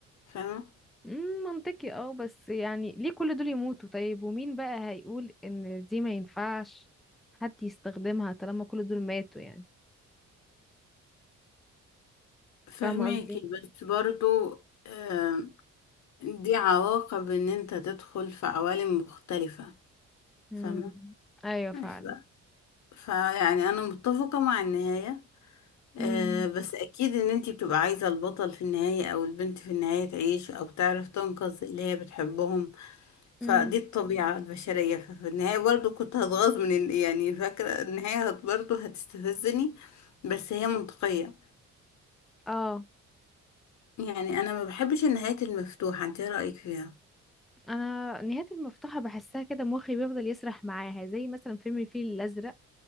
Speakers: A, on the left; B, in the centre.
A: فاهمه
B: مم، منطقي اه بس يعني ليه كل دول يموتوا طيب ومين بقى هيقول ان دي ما ينفعش حد يستخدمها طالما كل دول ماتوا يعني
A: فهماكي
B: فاهمة قصدي
A: بس برضو آه دي عواقب ان انت تدخل في عوالم مختلفه
B: مم.
A: فاهمه
B: ايوه فعلا
A: ف- فيعني انا متفقه مع النهايه آه
B: مم.
A: بس اكيد ان انتي بتبقى عايزة البطل في النهاية او البنت في النهاية تعيش او تعرف تنقذ اللي هي بتحبهم فدي
B: مم.
A: الطبيعة البشرية ففي النهاية برضو كنت هتغاظ من ال- يعني فاكرة النهاية هت- برضو هتستفزني بس هي منطقية
B: اه
A: يعني انا ما بحبش النهايات المفتوحة انت ايه رأيك فيها
B: انا نهاية المفتوحة بحسها كده مخي بيفضل يسرح معاها زي مثلا فيلم الفيل الازرق